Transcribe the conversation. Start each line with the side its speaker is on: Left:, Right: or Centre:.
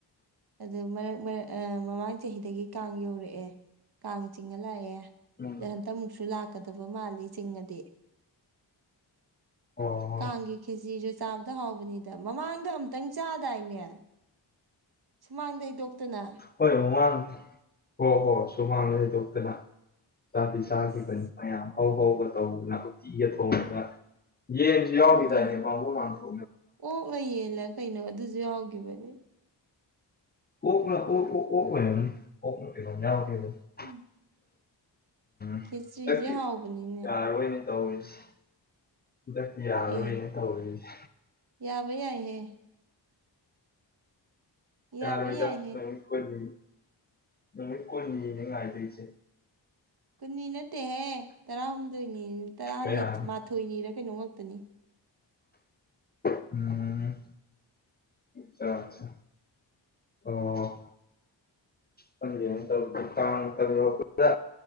Right: ꯑꯗꯨ ꯃꯔꯛꯛ ꯃꯃꯥꯡ ꯆꯍꯤꯗꯒꯤ ꯀꯥꯡ ꯌꯧꯔꯛꯑꯦ ꯀꯥꯡ ꯆꯤꯡꯉ ꯂꯥꯛꯑꯦ
Left: ꯎꯝ
Right: ꯑ ꯍꯟꯇ ꯑꯃꯨꯛꯁꯨ ꯂꯥꯛꯀꯗꯕ ꯃꯥꯜꯂꯤ ꯆꯤꯡꯉꯗꯤ
Left: ꯑꯣ
Right: ꯀꯥꯡꯒꯤ ꯀꯦꯖꯤꯁꯨ ꯆꯥꯕꯗ ꯍꯥꯎꯕꯅꯤꯗ ꯃꯃꯥꯡꯗ ꯑꯝꯇꯪ ꯆꯥꯗꯥꯏꯅꯦ ꯁꯨꯃꯥꯡꯗꯩ ꯗꯣꯛꯇꯅ
Left: ꯍꯣꯏ ꯍꯨꯃꯥꯡ ꯍꯣ ꯍꯣ ꯁꯨꯃꯥꯡ ꯂꯩꯗꯣꯛꯇꯅ ꯆꯥꯕꯤ ꯆꯥꯈꯤꯕ
Right: ꯑꯁ
Left: ꯃꯌꯥꯝ ꯍꯧꯥꯎ ꯍꯥꯎꯕ ꯇꯧꯗꯨꯅ ꯎꯇꯤꯒ ꯊꯣꯡꯉꯒ ꯌꯦꯁꯤꯃꯤꯗꯥꯏꯅꯦꯕꯕꯨꯨ
Right: ꯍꯣꯏꯅꯦ
Left: ꯃꯥꯡꯊ
Right: ꯑꯣꯛꯂ ꯌꯦꯜꯂ ꯀꯩꯅꯣ ꯑꯗꯨꯁꯨ ꯌꯥꯎꯈꯤꯕꯅꯦ
Left: ꯑꯣ ꯑꯣ ꯑꯣ
Right: ꯎꯝ
Left: ꯍꯟꯗꯛꯇꯤ
Right: ꯈꯦꯇ꯭ꯔꯤꯁꯦ ꯍꯥꯎꯕꯅꯤꯅꯦ
Left: ꯌꯥꯔꯔꯣꯏꯅꯦ ꯇꯧꯔꯤꯁꯦ ꯈꯨꯗꯛꯇ ꯌꯥꯔꯣꯏꯅ
Right: ꯑꯦ
Left: ꯇꯧꯔꯤꯁꯦ
Right: ꯌꯥꯕ ꯌꯥꯏꯍꯦ
Left: ꯌꯥꯔꯣꯏꯗ
Right: ꯌꯥꯕ ꯌꯥꯏꯍꯦ
Left: ꯅꯨꯃꯤꯠ ꯀꯟꯅꯤ ꯅꯨꯃꯤꯠ ꯀꯨꯟꯅꯤꯅ‌ꯦ ꯉꯥꯏꯗꯣꯏꯁꯦ
Right: ꯀꯨꯟꯅꯤ ꯅꯠꯇꯦꯍꯦ ꯇꯔꯥꯍꯨꯝꯗꯣꯏꯅꯤ ꯇꯔꯥꯅꯤ
Left: ꯀꯌꯥ
Right: ꯃꯥꯊꯣꯏꯅꯤꯔ ꯀꯩꯅꯣ ꯉꯥꯛꯇꯅꯤ
Left: ꯎꯝ ꯑꯆꯥꯆꯥ ꯑꯣ ꯈꯟꯒꯦꯅ ꯇꯧꯒꯦ ꯇꯥꯡ ꯇ ꯌꯔꯛꯄꯗ